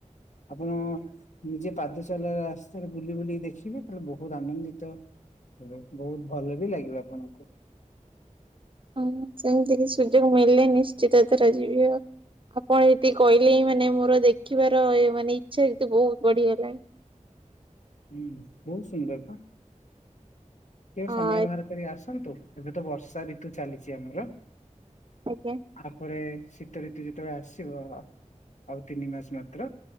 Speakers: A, on the left; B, on the right.
A: ଆପଣ ନିଜେ ପାଦ ଚାଲା ରାସ୍ତାରେ ବୁଲି ବୁଲିକି ଦେଖି ଖିବେ ତାହେଲେ ବୋହୁତ ଆନନ୍ଦିତ ହେବେ ବହୁତ ଭଲ ବି ଲାଗିବ ଆପଣଙ୍କୁ।
B: ହଁ ସେମିତି କି ସୁଯୋଗ ମିଳିଲେ ନିଶ୍ଚିତ ଏଥର ଯିବି ଆଉ। ଆପଣ ଯେତିକି କହିଲେ ହିଁ ମାନେ ମୋର ଦେଖିବାର ଏ ମାନେ ଇଚ୍ଛା ସେତେ ବୋହୁତ ବଢି଼ଗଲାଣି।
A: ହୁଁ ବୋହୁତ ସୁନ୍ଦର ପା। କେବେ
B: ହଁ
A: ସମୟ ବାହାର କରି ଆସନ୍ତୁ ଏବେ ତ ବର୍ଷା ଋତୁ ଚାଲିଛି ଆମର।
B: ଆଜ୍ଞା।
A: ଆପରେ ଶୀତ ଋତୁ ଯେତେବେଳେ ଆସିବ ଆଉ ତିନି ମାସ ମାତ୍ର